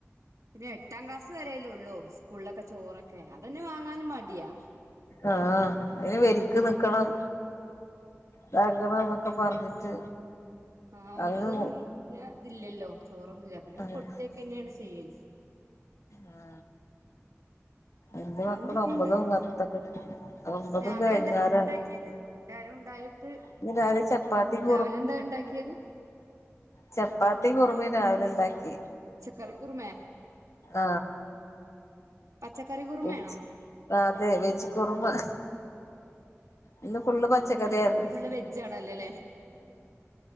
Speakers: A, on the right; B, on the left.
A: പിന്നെ എട്ടാം ക്ലാസ് വരല്ലേ ഉള്ളൂ സ്കൂളിലൊക്കെ ചോറൊക്കെ അതന്നെ വാങ്ങാനും മടിയാ
B: ആ അതിന് വെലിക്ക് നിക്കണം തകണം എന്നൊക്കെ പറഞ്ഞിട്ട്
A: ആ ഒമ്പതൊന്നും
B: അതിന്
A: പിന്ന ഇതിലല്ലോ ചോറൊന്നുല്ല പിന്നെ
B: ആഹ്
A: കൊടുത്തൊക്കെ തന്നെയാണ് ചെയ്യല്
B: ആ എന്ത്
A: പിന്നെന്തൊക്കെയുണ്ട്
B: മക്കൾ ഒമ്പത് പത്തൊക്കെ ഒമ്പതും
A: രാവിലെ
B: കഴിഞ്ഞോരാ
A: എന്താ ഫുഡ് ഉണ്ടാക്കിയത് എല്ലാരും ഉണ്ടായിട്ട്
B: ഇന്ന് രാവിലെ ചപ്പാത്തിയും
A: രാവിലെ എന്താ ഉണ്ടാക്കിയത്
B: ചപ്പാത്തി കുറുമി രാവിലെ ഉണ്ടാക്കി
A: കർക്കൂർമേ
B: ആ
A: പച്ചക്കറി കുറുമയാണോ
B: വേജ് അതെ വെജ് കുറുമാ ഇന്ന് ഫുള്ള്
A: വെജ്
B: പച്ചക്കറി
A: കുറുമല്ലേ
B: ആയിരുന്നു
A: അന്ന് ഫുള്ള് വെജ് ആണല്ലോല്ലേ